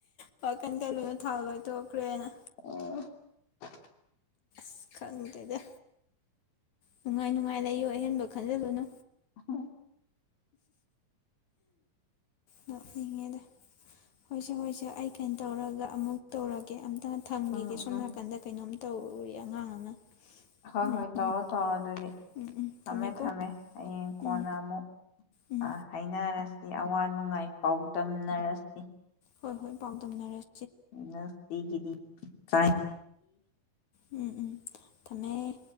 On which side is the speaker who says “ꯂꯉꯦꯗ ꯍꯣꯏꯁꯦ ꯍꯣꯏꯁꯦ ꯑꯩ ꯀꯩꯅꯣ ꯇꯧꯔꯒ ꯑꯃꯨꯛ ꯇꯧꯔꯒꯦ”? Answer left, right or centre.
Left